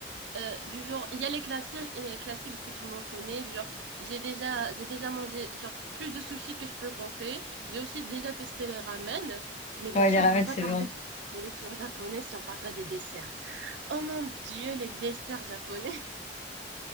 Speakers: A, on the right; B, on the left.
A: Euh, du genre, il y a les classiques, les classiques que tout le monde connaît, du genre, j'ai déjà, j'ai déjà mangé genre plus de sushis que je peux compter. J'ai aussi déjà testé les ramen, mais bien
B: Ouais,
A: sûr,
B: les ramen,
A: on peut pas
B: c'est
A: parler
B: bon.
A: de nourriture japonaise si on parle pas des desserts. Oh mon Dieu, les desserts japonais. <laughs>